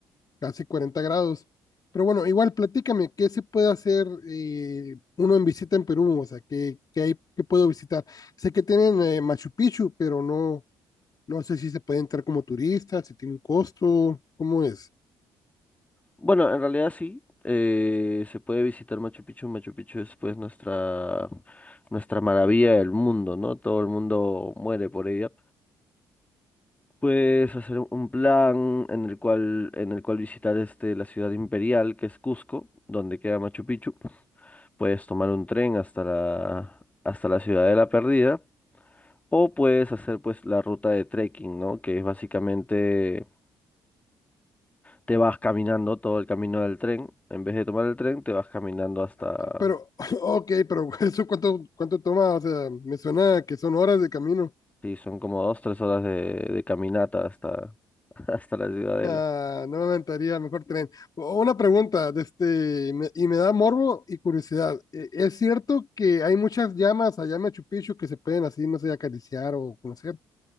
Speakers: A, on the left (about 40°); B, on the left (about 15°).
A: casi 40 grados. Pero bueno, igual platícame, ¿qué se puede hacer eh, uno en visita en Perú? O sea, ¿qué, qué hay, qué puedo visitar? Sé que tienen eh, Machu Picchu, pero no, no sé si se puede entrar como turista, si tiene un costo, ¿cómo es?
B: Bueno, en realidad sí, eh, se puede visitar Machu Picchu. Machu Picchu es pues nuestra, nuestra maravilla del mundo, ¿no? Todo el mundo muere por ella. Puedes hacer un plan en el cual, en el cual visitar este, la ciudad imperial, que es Cusco, donde queda Machu Picchu. Puedes tomar un tren hasta la, hasta la Ciudadela Perdida. O puedes hacer pues la ruta de trekking, ¿no? Que es básicamente te vas caminando todo el camino del tren. En vez de tomar el tren, te vas caminando hasta...
A: Ah, Pero, <laughs> ok, pero <laughs> ¿eso cuánto, cuánto toma? O sea, me suena que son horas de camino.
B: Sí, son como dos, tres horas de, de caminata hasta, <laughs> hasta la ciudadela.
A: Ah, no me aventaría, mejor tren. O- Una pregunta, de este, me- y me da morbo y curiosidad. E- ¿Es cierto que hay muchas llamas allá en Machu Picchu que se pueden así, no sé, acariciar o conocer?